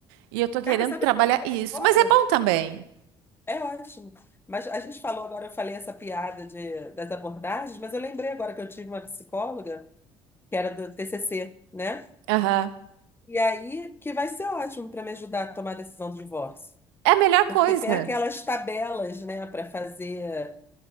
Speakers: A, on the right; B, on the left.
A: E eu tô querendo
B: Cara, sabe
A: trabalhar
B: o que eu lembrei
A: isso.
B: agora?
A: Mas é bom também.
B: É ótimo. Mas a gente falou agora, eu falei essa piada de, das abordagens, mas eu lembrei agora que eu tive uma psicóloga que era do TCC, né?
A: Aham.
B: E aí que vai ser ótimo para me ajudar a tomar a decisão do divórcio.
A: É a melhor
B: Porque
A: coisa.
B: tem aquelas tabelas, né, para fazer.